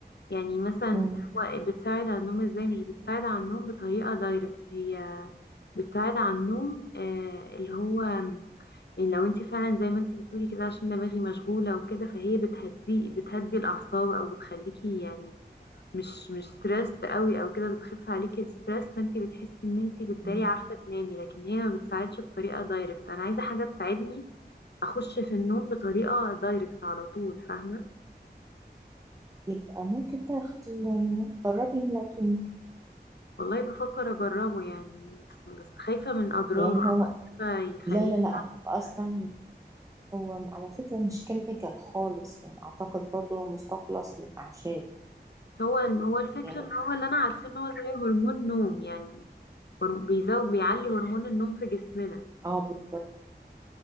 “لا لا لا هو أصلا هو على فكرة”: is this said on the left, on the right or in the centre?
Right